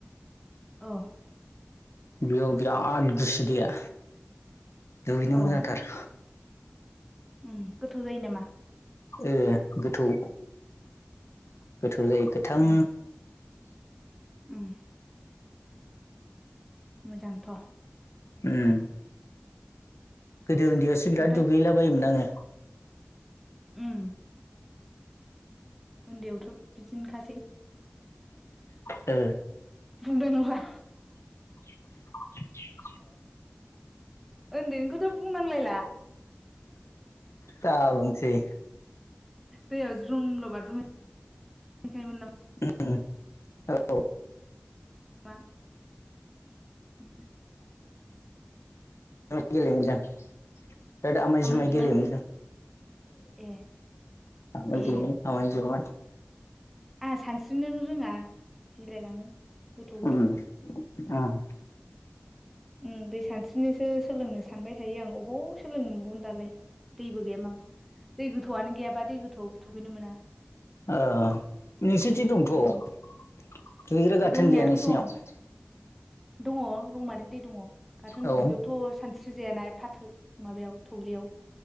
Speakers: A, in the centre; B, on the left (about 80°).
A: औ।
B: बेयाव बिराद गुसु दैया दुगैनो
A: औ
B: मोजांथार।
A: उम गोथौ जायो नामा
B: ओ गोथौ गोथौ जायो गोथां
A: उम उम। मोजांथ'।
B: उम गोदो उन्दैयावसो
A: ओमफाय
B: बिराद दुगैलाबायोमोन आङो
A: उम उन्दैयावथ बिदिनो खासै
B: ओ
A: बुंनांला
B: <inaudible>
A: उन्दैनिखोथ बुंनांलायला
B: दा बुंसै
A: दैयाव ज्रुमल बारजुम हैखायोमोन नामा?
B: उम औ
A: मा <unintelligible>
B: बेराथ गेलेयोमोन जों बेराथ आमाय
A: आमोल
B: जुमाय
A: दिमोल
B: गेलेयोमोन जों
A: ए
B: ओ इदिनो
A: ए
B: आमाय जुमाय
A: आंहा सानस्रिनो रोङा गिलायलाङो गोथौ गोथौवाव
B: उम उम
A: उम दै सानस्रिनोसो सोलोंनो सानबाय थायो आं अ अबाव सोलोंनो मोनबावनो दालाय दैबो गैया माबो दै गोथौवानो गैयाबा दै गोथौवाव दु गैनो मोना
B: ओ नोंसोरनिथिं दंथ दुगैग्रा
A: उम
B: गाथोन
A: दंनायाथ'
B: गैया नोंसिनियाव
A: दं दङ रौमारि दै दङ गाथोन‌दै‌
B: औ
A: दं बेयावथ सानस्रि स्रिजाया ना एबा थौ माबायाव थौलेयाव